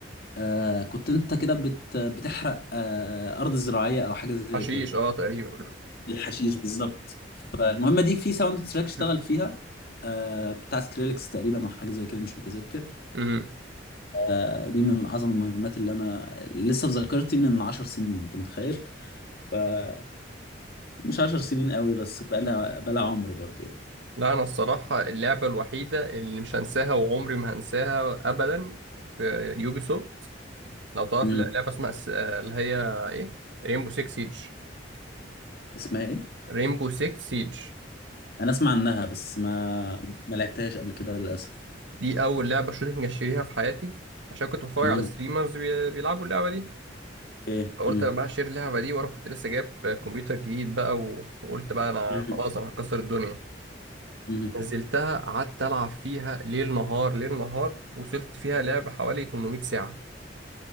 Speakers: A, on the left; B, on the right.
A: آه كنت انت كده بت بتحرق آه ارض زراعيه او حاجه زي
B: حشيش
A: كده
B: آه تقريبا
A: الحشيش بالظبط فالمهمه دي في ساوند تراك اشتغل
B: <coughs>
A: فيها آه بتاع سكريلكس تقريبا او حاجه زي كده مش متذكر
B: مم.
A: آه دي من اعظم المهمات اللي انا لسه في ذاكرتي من 10 سنين انت متخيل فمش 10 سنين قوي بس بقى لها بقى لها عمر برضو يعني
B: لا انا الصراحه اللعبه الوحيده اللي مش هنساها وعمري ما هنساها ابدا في يوبي سوفت لو تعرف
A: مم.
B: لا- لعبه اسمها س- آه، اللي هي ايه رينبو 6 سيج
A: اسمها ايه
B: رينبو 6 سيج
A: انا اسمع عنها بس ما ما لعبتهاش قبل كده للاسف
B: دي اول لعبه شوتنج اشتريها في حياتي عشان كنت بتفرج
A: مهم.
B: على ستريمرز بي- بيلعبوا اللعبه دي
A: اوكي
B: فقلت
A: مهم.
B: انا بقى هشتري اللعبه دي وانا كنت لسه جايب كمبيوتر جديد بقى و- وقلت بقى انا
A: مهم.
B: خلاص انا هكسر الدنيا
A: مهم.
B: نزلتها قعدت العب فيها ليل نهار ليل نهار وصلت فيها لعبه حوالي 800 ساعه